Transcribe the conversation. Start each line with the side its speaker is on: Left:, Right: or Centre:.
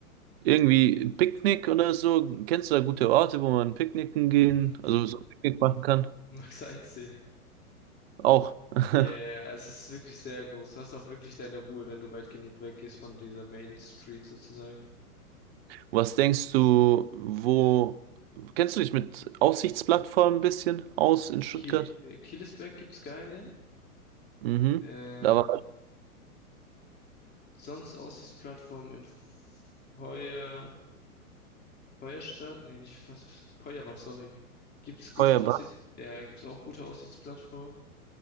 Right: irgendwie ein Picknick oder so. Kennst du da gute Orte, wo man picknicken gehen,
Left: <laughs>
Right: also so ein Picknick machen kann?
Left: Max Eitzee.
Right: Auch. <laughs>
Left: Ja, yeah, es ist wirklich sehr groß. Du hast auch wirklich deine Ruhe, wenn du weit genug weggehst von dieser Main Street sozusagen.
Right: Was denkst du, wo kennst du dich mit Aussichtsplattformen ein bisschen aus in Stuttgart?
Left: Kiel, äh, Killesberg gibt's geile.
Right: Mhm.
Left: Ähm,
Right: Da war
Left: sonst Aussichtsplattform in F- Feuer, Feuerstadt, nee, nicht Fe- Feuerbach, sorry. Gibt's
Right: Feuerbach.
Left: gute Aussichts, ja, gibt's auch gute Aussichtsplattformen.